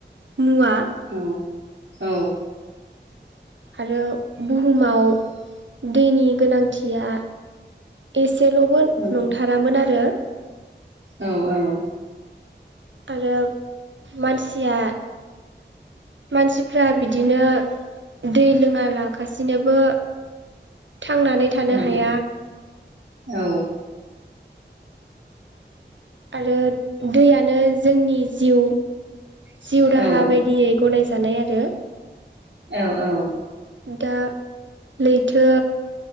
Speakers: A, on the right (about 80°); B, on the right (about 75°).
A: मुवा
B: औ औ
A: आरो बुहुमाव दैनि गोनांथिया एसेल'बो
B: औ
A: नंथारामोन आरो
B: औ औ
A: आरो मानसिया मानसिफ्रा बिदिनो दै लोङा लागासिनोबो थांनानै थानो
B: औ
A: हाया
B: औ
A: आरो दैयानो जोंनि जिउ जिउ
B: औ
A: राहा बायदियै
B: औ
A: गनायजानाय आरो
B: औ औ
A: दा लैथो